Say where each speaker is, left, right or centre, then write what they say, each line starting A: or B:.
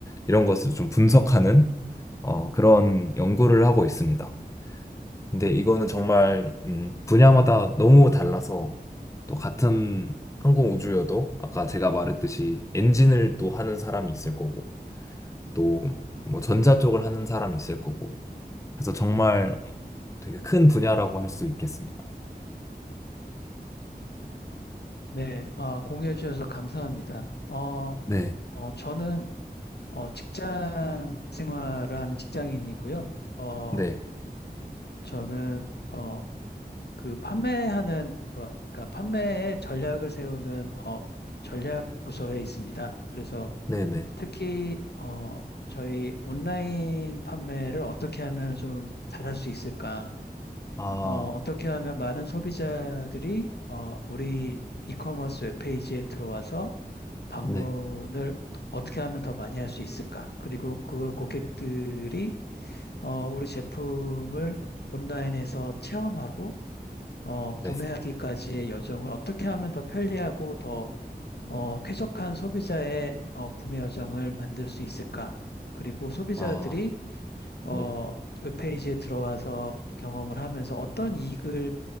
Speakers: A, on the left; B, on the left.
A: 이런 것을 좀 분석하는 어, 그런 연구를 하고 있습니다. 근데 이거는 정말 음, 분야마다 너무 달라서 또 같은 항공 우주여도 아까 제가 말했듯이 엔진을 또 하는 사람이 있을 거고 또 뭐 전자 쪽을 하는 사람이 있을 거고 그래서 정말 되게 큰 분야라고 할 수 있겠습니다.
B: 네, 아, 공유해 주셔서 감사합니다. 어,
A: 네,
B: 어, 저는, 어, 직장 생활을 하는 직장인이고요. 어,
A: 네,
B: 저는, 어, 그 판매하는, 어, 그러니까 판매의 전략을 세우는, 어, 전략 부서에 있습니다. 그래서,
A: 네, 네.
B: 특히 어, 저희 온라인 판매를 어떻게 하면 좀 잘할 수 있을까?
A: 아,
B: 어, 떻게 하면 많은 소비자들이 어, 우리 이커머스 웹페이지에 들어와서 방문을
A: 네,
B: 어떻게 하면 더 많이 할 수 있을까? 그리고 그 고객들이 어, 우리 제품을 온라인에서 체험하고 어, 구매하기까지의
A: 네.
B: 여정을 어떻게 하면 더 편리하고 더 어, 쾌적한 소비자의 어, 구매 여정을 만들 수 있을까? 그리고 소비자들이
A: 아,
B: 어,
A: 네,
B: 웹페이지에 들어와서 경험을 하면서 어떤 이익을,